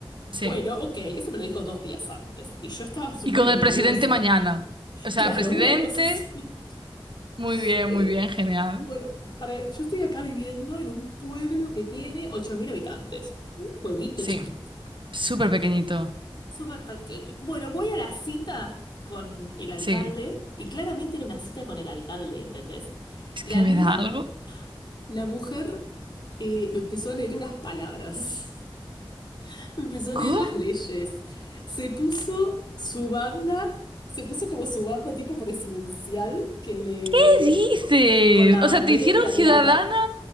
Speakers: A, on the right; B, on the left.
A: Sí.
B: bueno, ok, eso me lo dijo dos días antes. Y yo estaba súper
A: Y con el
B: nerviosa.
A: presidente mañana. O sea,
B: Claro,
A: el presidente.
B: una cosa así.
A: Muy bien,
B: <laughs>
A: muy bien, genial.
B: Bueno, para, yo estoy acá viviendo en un pueblo que tiene 8.000 habitantes. Un pueblito
A: Sí.
B: chiquito,
A: Súper pequeñito.
B: súper pequeño. Bueno, voy a la cita con el alcalde
A: Sí.
B: y claramente era una cita con el alcalde, ¿entendés?
A: Es
B: La
A: que me
B: mina,
A: da algo.
B: la mujer, eh, me empezó a leer unas palabras. <laughs> Me empezó a
A: ¿Cómo?
B: leer las leyes. Se puso su banda, se puso como su banda tipo presidencial que le...
A: ¿Qué dices?
B: con la
A: O
B: bandera
A: sea, te hicieron
B: italiana.
A: ciudadana.